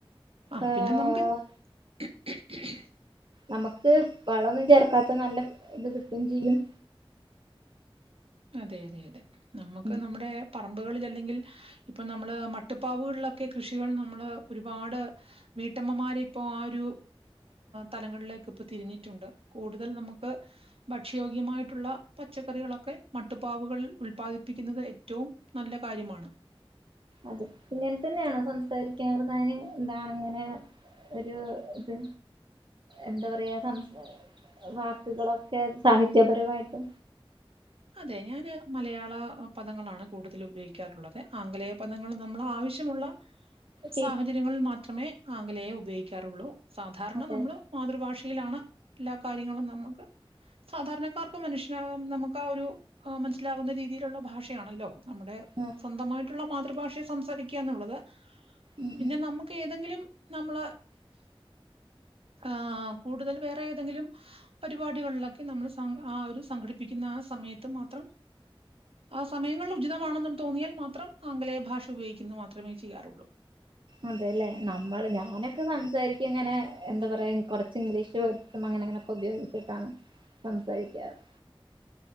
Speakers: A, on the right; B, on the right.
A: ആ
B: ഏഹ്
A: പിന്നെ നമുക്ക് <unintelligible>
B: നമുക്ക്
A: ആ
B: വളൊന്നും ചേർക്കാ നല്ല ഇത് കിട്ടും ചെയ്യും
A: അതെ അതെ അതെ നമ്മക്ക്
B: ഉം
A: നമ്മുടെ പറമ്പുകളിൽ അല്ലെങ്കിൽ ഇപ്പൊ നമ്മള് മട്ടുപ്പാവുകളിലൊക്കെ കൃഷികൾ നമ്മള് ഒരുപാട് വീട്ടമ്മമാരിപ്പോ ആ ഒരു തലങ്ങളിലേക്ക് ഇപ്പോ തിരിഞ്ഞിട്ടുണ്ട് കൂടുതൽ നമുക്ക് ഭക്ഷ്യോഗ്യമായിട്ടുള്ള പച്ചക്കറികളൊക്കെ മട്ടുപ്പാവുകൾ ഉല്പാദിപ്പിക്കുന്നത് ഏറ്റവും നല്ല കാര്യമാണ്
B: അതെ ഇങ്ങനെ തന്നെയാണോ സംസാരിക്ക ചെറുതായതിന് എന്താണിങ്ങനെ ഒരു ഇത്, എന്താപറയാ സം.. വാക്കുകളൊക്കെ സാഹിത്യപരമായിട്ട്.
A: അതെ, ഞാന്‌മലയാള പദങ്ങളാണുകൂടുതൽ ഉപയോഗിക്കാറുള്ളതേ ആംഗലേയപദങ്ങൾ നമ്മൾ ആവശ്യ.. ആവശ്യമുള്ള
B: ടീ
A: സാഹചര്യങ്ങളിൽ മാത്രമേ, ആംഗലേയം ഉപയോഗിക്കൂ ചെറുവളോ സാധാരണനമ്മളു
B: അതെ
A: മാതൃഭാഷയിലാണ് എല്ലാകാര്യങ്ങളും നമുക്ക്, സാധാരണക്കാർക്ക് മനുഷ്യനാകാം നമുക്ക്. ആ, ഒരുമനസ്സിലാവുന്ന രീതിയിലുള്ള ഭാഷയാണല്ലോ നമ്മുടെസ്വന്തമായിട്ടുള്ള
B: ഉം
A: മാതൃ മാതൃഭാഷയിൽ സംസാരിക്കുകയെന്നുള്ളത്.
B: ഉം
A: പിന്നെ, നമുക്കേതെങ്കിലും നമ്മള് ആ.. കൂടുതൽവേറെയേതെങ്കിലും പരിപാടികളിലൊക്കെ നമ്മൾ സം.. ആ, ഒരു സംഘടിപ്പിക്കുന്ന ആ സമയത്തുമാത്രം ആ സമയങ്ങൾ ഉചിതമാണെന്ന് തോന്നിയാൽ മാത്രം ആംഗലേയഭാഷയുപയോഗിക്കുന്നു മാത്രമേചെയ്യാറുള്ളൂ
B: അതേയല്ലേ, നമ്മൾ ഞാനൊക്കെ സംസാരിച്ചിങ്ങനെ എന്താ പറയാ, കൊറച്ച് ഇംഗ്ലീഷ് വേഡ്സും അങ്ങനെ യങ്ങനെയൊക്കെ ഉപയോഗിച്ചിട്ടാണ് സംസാരിക്കാറ്